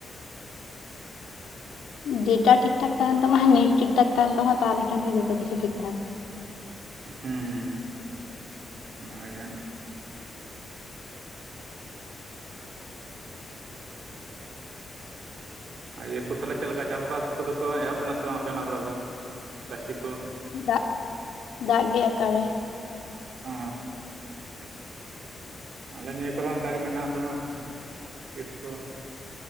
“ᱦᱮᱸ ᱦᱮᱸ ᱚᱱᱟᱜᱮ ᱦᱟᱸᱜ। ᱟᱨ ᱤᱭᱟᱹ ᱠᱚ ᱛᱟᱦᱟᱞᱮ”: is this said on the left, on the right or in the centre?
Right